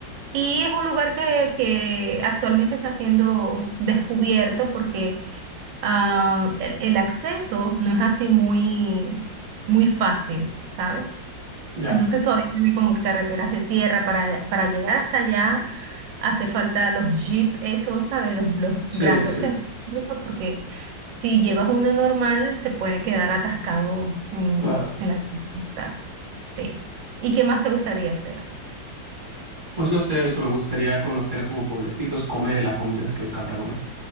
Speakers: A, on the right (about 80°); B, on the right (about 30°).
A: Y es un lugar que, que actualmente está siendo descubierto porque ah, el, el acceso no es así muy, muy fácil, ¿sabes?
B: Ya.
A: Entonces todavía tiene como que carreteras de tierra para, para llegar hasta allá. Hace falta los jeep, esos, ¿sabes? Los, los
B: Sí,
A: grandotes,
B: sí,
A: ¿no? porque si llevas uno normal se puede quedar atascado en,
B: claro.
A: en la ruta. Sí. ¿Y qué más te gustaría hacer?
B: Pues no sé, eso me gustaría conocer como pueblecitos, comer la comida, es que me encanta comer.